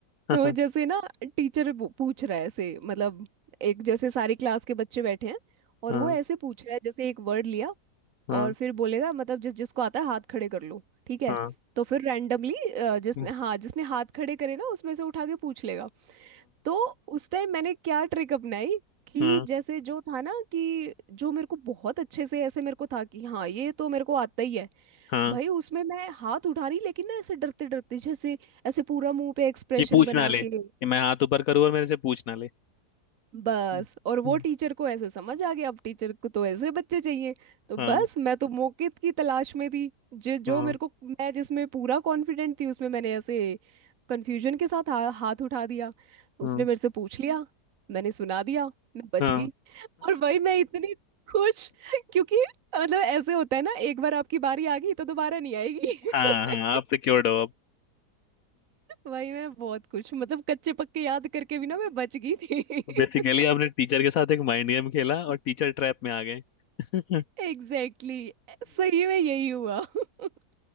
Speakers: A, on the left; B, on the right.
A: <laughs>
B: तो
A: हाँ
B: जैसे ना टीचर पूछ रहा है ऐसे मतलब एक जैसे सारी क्लास के बच्चे बैठे हैं और
A: हाँ
B: वो ऐसे पूछ रहा है जैसे एक वर्ड लिया
A: हाँ
B: और फिर बोलेगा मतलब जिस जिसको आता है हाथ खड़े कर लो ठीक है
A: हाँ
B: तो फिर रैंडमली जिसने
A: हाँ
B: हाँ जिसने हाथ खड़े करे ना उसमें से उठा के पूछ लेगा तो उस टाइम मैंने क्या ट्रिक अपनाई कि
A: हाँ
B: जैसे जो था ना कि जो मेरे को बहुत अच्छे से ऐसे मेरे को था कि हाँ ये तो मेरे को आता ही है
A: हाँ
B: भाई उसमें मैं हाथ उठा रही लेकिन ना ऐसे डरते डरते जैसे ऐसे पूरा मुंह पे एक्सप्रेशन
A: कि पूछ
B: बना
A: ना ले
B: के
A: कि मैं हाथ ऊपर करूँ और मेरे से पूछ ना ले
B: बस
A: हम्म,
B: और वो टीचर को ऐसे समझ आ गया अब टीचर को तो ऐसे बच्चे चाहिए तो बस
A: हाँ
B: मैं तो मौके की तलाश में थी जो जो
A: हाँ
B: मेरे को मैं जिसमें पूरा कॉन्फिडेंट थी उसमें मैंने ऐसे कंफ्यूजन के साथ हा, हाथ उठा दिया उसने
A: हाँ
B: मेरे से पूछ लिया मैंने सुना दिया मैं बच
A: हाँ
B: गई और भाई मैं इतनी खुश <laughs> क्योंकि मतलब ऐसे होता है ना एक बार आपकी बारी आ गई तो दोबारा नहीं आएगी
A: हाँ हाँ
B: <laughs>
A: आप सिक्योर्ड हो अब
B: वही मैं बहुत कुछ मतलब कच्चे पक्के याद करके भी ना मैं बच गई थी <laughs>
A: बेसिकली <laughs> आपने टीचर के साथ एक माइंड गेम खेला और टीचर ट्रैप में आ गए <laughs>
B: Exactly exactly. सही में यही हुआ <laughs>